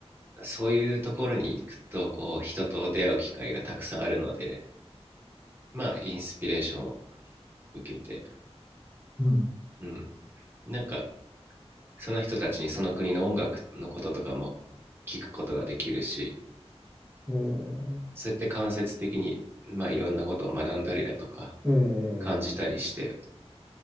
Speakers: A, on the right; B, in the centre.
A: そういうところに行くとこう人と出会う機会がたくさんあるので、まあ、インスピレーションを受けて、
B: うん
A: うん、なんかその人たちにその国の音楽のこととかも聞くことができるし、
B: え
A: そうやって間接的に、まあ、いろんなことを学んだりだとか、
B: え、え
A: 感じたりして、